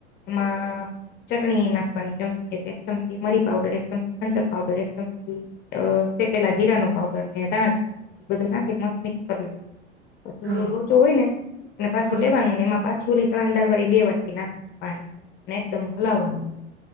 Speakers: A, on the left; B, on the right.
A: એમાં ચટણી નાખવાની ચમચી એક ચમચી મરી પાવડર એક ચમચી સંસર પાવડર એક ચમચી સેકેેલા જીરા નો પાવડર ને ધાણાજી પાવડર એ બધું નાખી મસ્ત મિક્સ કરી લેવાવામાં પશી
B: હા
A: એલો લોચો હોય ને એને પાછો
B: હા
A: લેવાનું
B: હા હા
A: ને એમાં પાછી ઓલી ત્રણ દાળ વાળી બે વાટકી નાખવાની પાણી અને એકદમ હલાવવાનુંમ